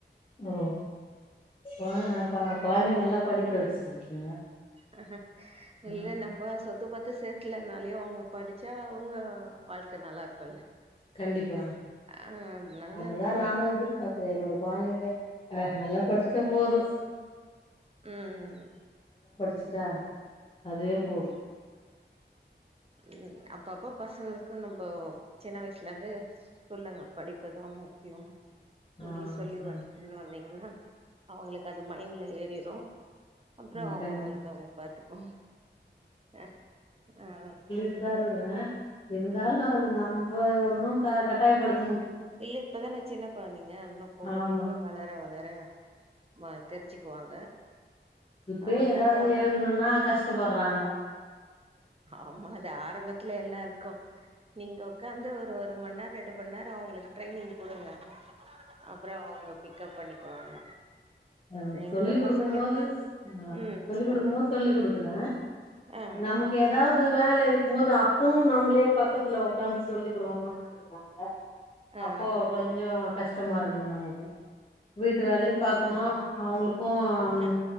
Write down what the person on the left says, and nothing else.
ஓ கொழந்த கொழந்தைங்கள நல்லா படிக்க வச்சுட்டு இருக்கீங்க
ம்
கண்டிப்பா
அதுதா
நானு எதிர்பாக்குறே என்னோட கொழந்தைங்க அ நல்லா படிச்சா போது
ச்சுட்டா அதுவே போது
ஆ
ஆ
ம்
கண்
ட்டு தா இருக்குற இருந்தாலு அது நம்ப ஒன்னு க கட்டாயப்படுத்
ஆமா
இப்பயே
ஏதாவது
எழுதணுன்னா கஷ்டப்படுறாங்க
அஹ்
சொல்லி குடுக்கும்மோது
அஹ்
சொல்லி
குடுக்கும்மோ சொல்லி குடுக்குற
நமக்கு எதாவது வேல இருக்கும்மோது அப்பவு நம்மளே பக்கத்துல உக்காந்து சொல்லி கொடுக்கணுனு நெனைக்கிறாங்க
அப்போ கொஞ்சோ கஷ்டமா இருக்கு நமக்கு வீட்டு வேலையு பாக்கணு
அவுங்களுக்கு ம்